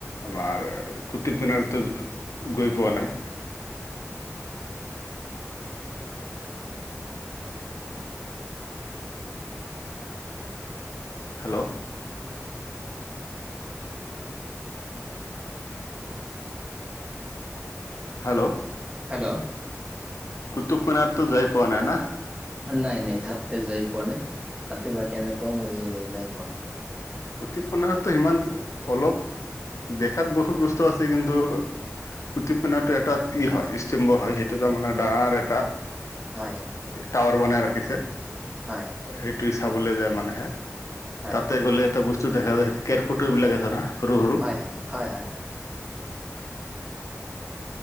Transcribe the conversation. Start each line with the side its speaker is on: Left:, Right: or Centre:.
Left: আমাৰ কুটুব মিনাৰতো গৈ পোৱা নাই। হেল্ল', হেল্ল',
Right: হেল্ল',
Left: কুটুব মিনাৰটো যাই পোৱা নাই না?
Right: নাই-নাই তাতে যাই পোৱা নাই তাতে বা কেনেকুৱা মই যাই পোৱা নাই।
Left: কুটুব মিনাৰটো সিমান অলপ দেখাত বহুত বস্তু আছে কিন্তু কুটুব মিনাটো এটা ই হৈ ইষ্টম্ভ হয় সেইটো তাৰ মানে ডাঙৰ এটা
Right: হয়
Left: টাৱাৰ বনাই ৰাখিছে।
Right: হয়।
Left: সেইটো চাবলৈ যায় মানুহে
Right: হয়
Left: তাতে গ'লে এটা বস্তু দেখা যায় কেৰ্কেটুৱা বিলাক আছে না সৰ- সৰু
Right: হয়-হয়-হয়-হয়।